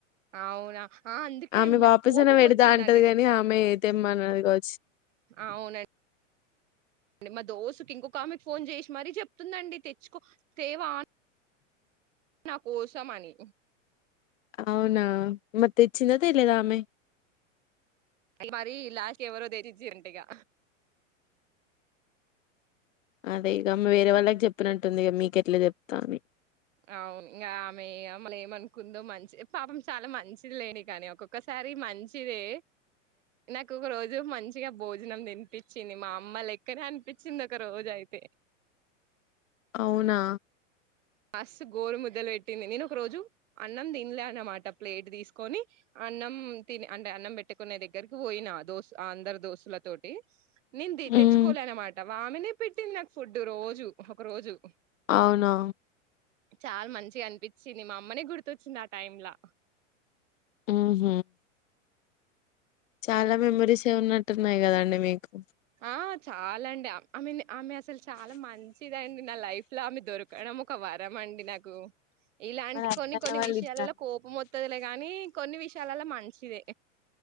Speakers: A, on the right; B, on the left.
A: అవునా ఆ అందుకే
B: ఆమె
A: అండి నాకు
B: వాపసన
A: కోపం
B: పెడతా
A: వచ్చిందండి
B: అంటది కాని ఆమె తెమ్మన్నది కావచ్చు
A: అవునండి అ మా దోస్త్కీ ఇంకొక ఆమెకు ఫోన్ చేసి మరీ చెప్తుందండి తెచ్చుకో తేవా నా కోసం అని
B: అవునా మరి తెచ్చింద తేలేదా ఆమె
A: అ మరి లాస్ట్ ఎవరో తెచచ్చ రంటగా
B: అదే ఇక వేరే వాళ్ళకి చెప్పినట్టుంది ఇ మీకెట్లా చెప్తా అని
A: అవును ఇంకా ఆమె అమ్మలు ఏమనుకుందో మంచిది పాపం చాలా మంచిది లేని కానీ ఒక్కొక్కసారి మంచిదే నాకు ఒక రోజు మంచిగా భోజనం తినిపించింది మా అమ్మ లెక్కనే అనిపించింది ఒక రోజు అయితే
B: అవునా
A: ఫస్ గోరు ముద్దలు పెట్టింది నేను ఒక రోజు అన్నం తినలే అనమాట ప్లేట్ తీసుకొని అన్నం తి అంటే అన్నం పెట్టుకునే దగ్గరకి పోయినా ఆ దోస్తు అందరు దోస్తుల తటి నింది
B: మ్మ్
A: తెచ్చుకోలే అనమాట వామినే పెట్టింది నాకు ఫుడ్డు రోజు ఒక రోజు
B: అవునా
A: చాలా మంచిగా అనిపించింది మా అమ్మనే గుర్తొచ్చింది ఆ టైమ్లా
B: ఆ హ చాలా మెమరీస్ వే ఉన్నట్టున్నాయి కదండి మీకు
A: ఆ చాలా అండి ఐ మీన్ ఆమె అసలు చాలా మంచిదండి నా లైఫ్ లా ఆమె దొరకడం ఒక వారం అండి నాకు ఇలాంటి
B: మరి అత్తన్న
A: కొన్ని కొన్ని
B: వాళ్ళు
A: విషయాల్లో
B: ఇట్లా
A: కోపం వతుదిలే కాగానీ కొన్ని విషయా చాలాల మంచిదే